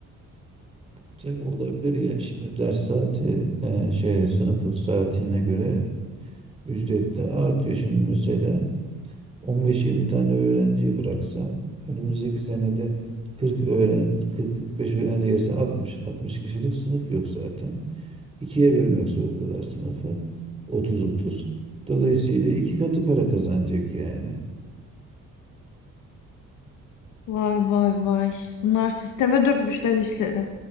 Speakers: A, on the right; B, on the left.
A: Tabii olabilir ya. Şimdi ders saati e, şöyle sınıf saatine göre ücret de artıyor. Şimdi mesela 15-20 tane öğrenciyi bıraksa önümüzdeki senede 40 öğren 40-45 öğrenci gelse 60 60 kişilik sınıf yok zaten. ikiye bölmek zorundalar sınıfı. 30-30. Dolayısıyla iki katı para kazanacak yani.
B: Vay vay vay. Bunlar sisteme dökmüşler işleri.